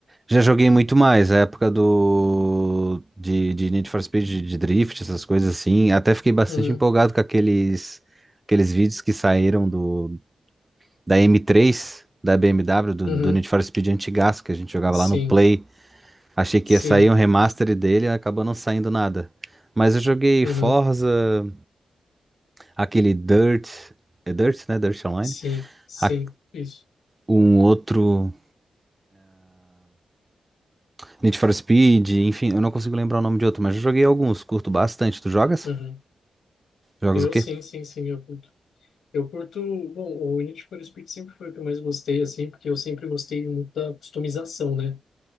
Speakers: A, on the right (about 20°); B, on the left (about 80°).
A: Já joguei muito mais, a época do de, de Need for Speed, de, de Drift, essas coisas assim. Até fiquei bastante
B: Uhum.
A: empolgado com aqueles, aqueles vídeos que saíram do, da M3, da BMW, do,
B: uhum.
A: do Need for Speed antigaço, que a gente jogava
B: Sim,
A: lá no Play. Achei que
B: sim,
A: ia sair um remaster dele, acabou não saindo nada. Mas eu joguei
B: uhum,
A: Forza, aquele Dirt, é Dirt, né? Dirt Online.
B: sim, sim,
A: A-
B: isso.
A: Um outro Need for Speed, enfim, eu não consigo lembrar o nome de outro, mas eu joguei alguns, curto bastante. Tu jogas?
B: uhum.
A: Jogas
B: Eu
A: o quê?
B: sim, sim, sim, eu curto. Eu curto, bom, o Need for Speed sempre foi o que eu mais gostei, assim, porque eu sempre gostei muito da customização, né?